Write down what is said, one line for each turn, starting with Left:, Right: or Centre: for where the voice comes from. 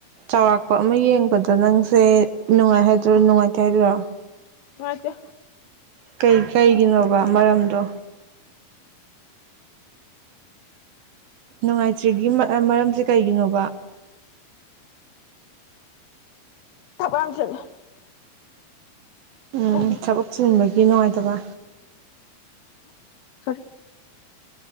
Right: ꯆꯥꯎꯔꯥꯛꯄ ꯑꯃ ꯌꯦꯡꯕꯗ ꯅꯪꯁꯦ ꯅꯨꯡꯉꯥꯏ ꯍꯥꯏꯗꯣꯏꯔꯣ ꯅꯨꯡꯉꯥꯏꯇꯦ ꯍꯥꯏꯗꯣꯏꯔꯣ
Left: ꯃꯠꯇ
Right: ꯀꯩ ꯀꯩꯒꯤꯅꯣꯕ ꯑꯃꯔꯣꯝꯗꯣ ꯅꯨꯡꯉꯥꯏꯇ꯭ꯔꯤꯒꯤ ꯃꯔꯝꯁꯦ ꯀꯩꯒꯤꯅꯣꯕ
Left: ꯊꯄꯝꯁꯤꯂꯦ
Right: ꯎꯝ
Left: ꯀꯅꯥ
Right: ꯊꯕꯛ ꯆꯤꯟꯕꯒꯤ ꯅꯨꯡꯉꯥꯏꯇꯕ
Left: ꯁꯣꯔꯤ